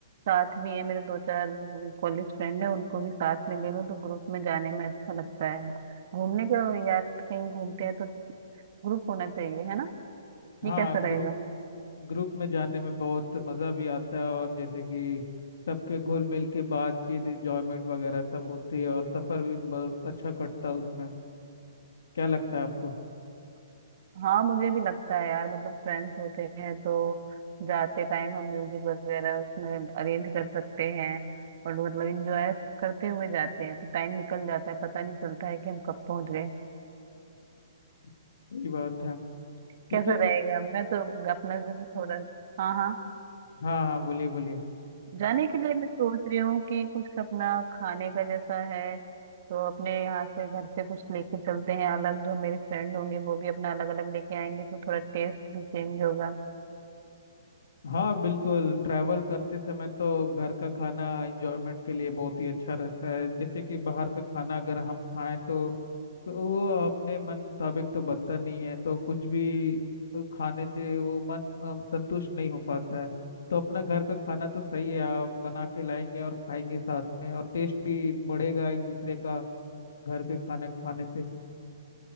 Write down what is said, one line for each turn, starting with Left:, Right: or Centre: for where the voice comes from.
Right: साथ भी है मेरे दो चार कॉलेज फ्रेंड है उनको भी साथ में ले लूँ तो ग्रुप में जाने में अच्छा लगता है घूमने का यार कहीं घूमते हैं तो ग्रुप होना चाहिए है ना ये
Left: हाँ
Right: कैसा रहेगा
Left: ग्रुप ग्रुप में जाने में बहुत मज़ा भी आता है और जैसे कि सबके घुल मिल के बातचीत एंजॉयमेंट वगैरह सब होती है और सफ़र भी बहुत अच्छा कटता है उसमें क्या लगता है आपको
Right: हाँ मुझे भी लगता है यार मतलब फ्रेंड्स होते हैं तो जाते टाइम हम म्यूजिक वगैरह उसमें अरेंज कर सकते हैं और मतलब इंजॉय करते हुए जाते हैं तो टाइम निकल जाता है पता नहीं चलता है कि हम कब पहुंच गए
Left: सही बात है लेकिन
Right: कैसा रहेगा मैं तो अपना जैसे थोड़ा हाँ हाँ
Left: हाँ हाँ बोलिए बोलिए
Right: जाने के लिए मैं सोच रही हूँ कि कुछ अपना खाने का जैसा है तो अपने यहाँ से घर से कुछ लेके चलते हैं अलग जो मेरे फ्रेंड होंगे वो भी अपना अलग अलग लेके आएंगे तो थोड़ा टेस्ट भी चेंज होगा
Left: हाँ बिल्कुल ट्रैवल करते समय तो घर का खाना एंजॉयमेंट के लिए बहुत ही अच्छा रहता है जैसे कि बाहर का खाना अगर हम खाएं तो, तो वो अपने मन मुताबिक तो बनता नहीं है तो कुछ भी तो खाने से वो मन अ, संतुष्ट नहीं हो पाता है तो अपना घर का खाना तो सही है आप बना के लाएंगे और खाएंगे साथ में और टेस्ट भी बढ़ेगा एक दूसरे का घर के खाना खाने से